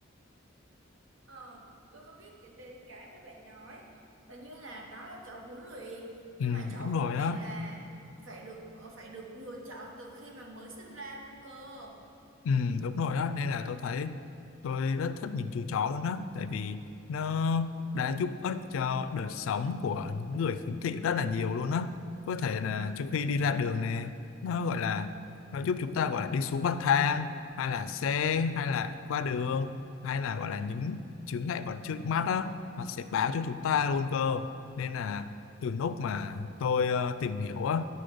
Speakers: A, on the right; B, on the left.
A: ờ tôi có biết đến đến cái mà bạn nói là như là đó là chó huấn luyện nhưng
B: ừ,
A: mà chó
B: đúng
A: huấn
B: rồi
A: luyện
B: á
A: là phải được phải được lựa chọn từ khi mà mới sinh ra luôn cơ
B: Ừ, đúng rồi đó, nên là tôi thấy tôi rất thích những chú chó luôn đó, tại vì nó đã giúp ích cho đời sống của những người khiếm thị rất là nhiều luôn đó. Có thể là trước khi đi ra đường này, nó gọi là nó giúp chúng ta gọi là đi xuống bậc thang, hay là xe, hay là qua đường, hay là gọi là những chướng ngại vật trước mắt đó, nó sẽ báo cho chúng ta luôn cơ. Nên là từ lúc mà tôi ờ, tìm hiểu á,